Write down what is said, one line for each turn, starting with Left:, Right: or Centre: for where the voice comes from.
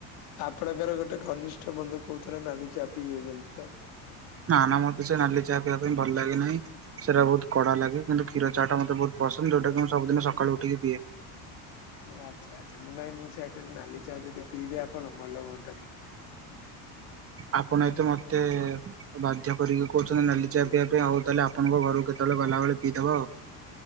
Left: ଆପଣଙ୍କର ଗୋଟେ ଘନିଷ୍ଠ ବନ୍ଧୁ କହୁଥିଲେ ନାଲି ଚା ପିଇବେ ବୋଲି ତ।
Right: ନାଁ ନାଁ ମୋତେ ସେ ନାଲି ଚା ପିଇବା ପାଇଁ ଭଲ ଲାଗେ ନାହିଁ ସେଟା ବହୁତ କଡା ଲାଗେ। କିନ୍ତୁ କ୍ଷୀର ଚାହାଟା ମତେ ବହୁତ ପସନ୍ଦ ଯଉଟାକି ମୁଁ ସବୁଦିନ ସକାଳୁ ଉଠିକି ପିଏ।
Left: ଆଚ୍ଛା ଆଚ୍ଛା ମୁଁ ନାହିଁ ମୁଁ ସେଇଆ କହିଲି ନାଲି ଚା ଯଦି ପିଇବେ ଆପଣ ଭଲ ହୁଅନ୍ତା ଟିକେ।
Right: ଆପଣ ଏତେ ମତେ ବାଧ୍ୟ କରିକି କହୁଛନ୍ତି ନାଲି ଚା
Left: ହଁ
Right: ପିଇବା ପାଇଁ ହୋଉ ତାହେଲେ ଆପଣଙ୍କ ଘରକୁ କେତେବେଳେ ଗଲାବେଳେ ପିଇଦବା ଆଉ।